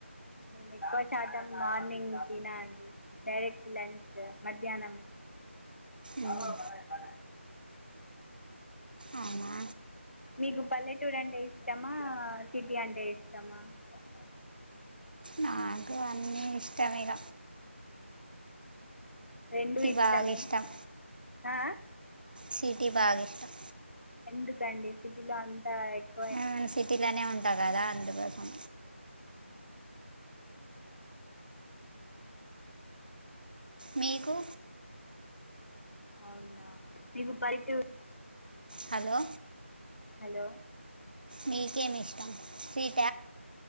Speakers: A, on the left; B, on the right.
A: నేను ఎక్కువ శాతం మార్నింగ్ తిన అండి. డైరెక్ట్ లంచ్ మధ్యాహ్నమే.
B: మ్మ్.
A: అ ప పన
B: అవునా
A: మీకు పల్లెటూరు అంటే ఇష్టమా? సిటీ అంటే ఇష్టమా? అదే
B: నాకు అన్నీ ఇష్టమె ఇగ
A: రెండూ ఇష్టమే.
B: బాగా ఇష్టం
A: ఆ అ
B: సిటీ బాగ ఇష్టం.
A: ఎందుకండి, సిటీలో అంతా ఎక్
B: ఊన్ సిటీలోనే ఉంటా కద అందుకోసం. మీకు?
A: అవునా మీకు బైటు
B: హలో
A: హలో
B: మీకేమిష్టం సిట్